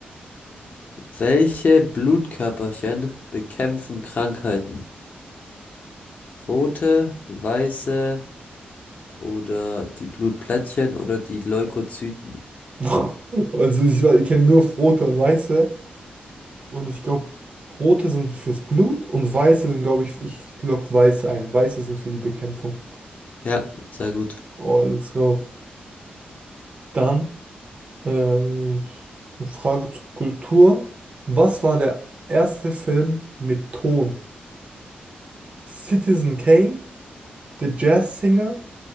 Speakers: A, on the left; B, on the right.
A: Welche Blutkörperchen bekämpfen Krankheiten? Rote, weiße oder die Blutplättchen oder die Leukozyten?
B: <laughs> Also ich, ich kenne nur rote und weiße. Und ich glaube, rote sind fürs Blut und weiße sind, glaube ich, ich lock weiße ein. Weiße sind für die Bekämpfung.
A: Ja, sehr gut.
B: Oh, let's go. Dann. Äh, eine Frage zur Kultur. Was war der erste Film mit Ton? Citizen Kane, The Jazz Singer,